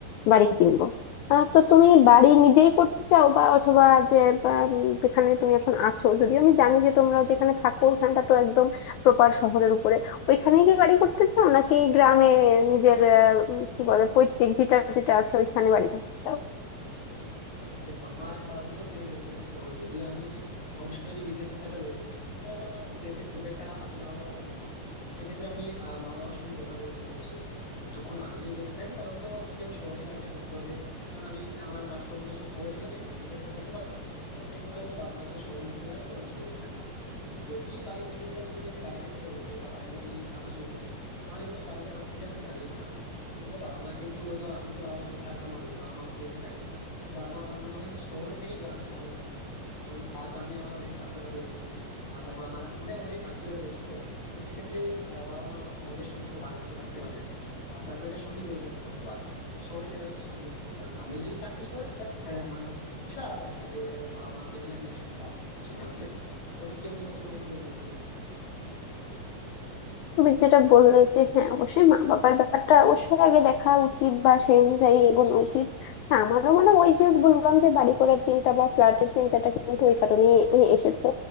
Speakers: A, on the left (about 85°); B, on the left (about 50°).
A: বাড়ি কিনবো আহ, তো তুমি বাড়ি নিজেই করতে চাও বা অথবা যে বা, উম, যেখানে তুমি এখন আছো যদিও আমি জানি যে তোমরা যেখানে থাকো ওখানটা তো একদম প্রপার শহরের উপরে ওইখানেই কি বাড়ি করতে চাও নাকি গ্রামে নিজের আহ, উম, কি বলে পৈতৃক ভিটা যেটা আছে ওইখানে বাড়ি করতে চাও
B: না না দেখো আমার আহ, দুটো প্ল্যান রয়েছে দেখো যদি আমি ভবিষ্যতে যদি বিদেশে সেটেল হয়ে যাই তাহলে তো আমার দেশে খুব একটা আসা যাওয়া করা যাবে না তো সেক্ষেত্রে আমি আহ, মা বাবার সঙ্গে কথা বলেছিলাম এই বিষয়ে যতক্ষণ আমি যদি দেশে থাকি তাহলে তো আমাকে ওই শহরে বাড়িটা করতে হবে কারণ আমি আমার কাজকর্ম তো সব শহরেই হবে গ্রামে গিয়ে তো আর করতে পারবো না তখন সেই মতো হয়তো বাবা মাকেও শহরে নিয়ে চলে আসবো এবং শহরেই থাকবো কিন্তু যদি বাই এনি চান্স যদি আমি বাইরে সেটেল হয়ে যাই বা বাইরে আমি থাকা শুরু করি তাহলে কিন্তু আমি বাড়িতে ভাবছি যে আমার গ্রামেই বানাবো কারণ দেখো বাবা মা কিন্তু হয়তো আমি তো বাবা মা থাকবো না হয়তো বাবা মা হয়তো দেশেই থাকবে বাবা আমার মনে হয় শহরের থেকে গ্রামে ভালো থাকবে কারণ আহ, গ্রামে আমার অনেক চাচারা রয়েছেন আর তারপর আমার মানে অনেক আত্মীয়রা রয়েছেন তো তো সেক্ষেত্রে আহ, বাবা মা ওনাদের সঙ্গে খুব ভালোভাবে থাকতে পারবেন আর তারপরে একটা সুখী জীবনযাপন করতে পারবেন শহরে যেটা হয়তো সম্ভব নয় কারণ আমি যদি থাকি শহরে দ্যাটস মানে সেটা আলাদা মেটা যে বাবা মাকে নিয়ে আমি একসঙ্গে থাকবো তো সেটা হচ্ছে এটা। তোমার কি অন্য কোনো রকম প্ল্যান রয়েছে নাকি
A: তুমি যেটা বললে যে হ্যাঁ অবশ্যই মা বাবার ব্যাপারটা অবশ্যই আগে দেখা উচিত বা সেই অনুযায়ী এগোনো উচিত হ্যাঁ, আমারও মানে ওই যে বললাম যে বাড়ি করার চিন্তা বা ফ্ল্যাটের চিন্তাটা কিন্তু ওই কারণেই এ- এসেছে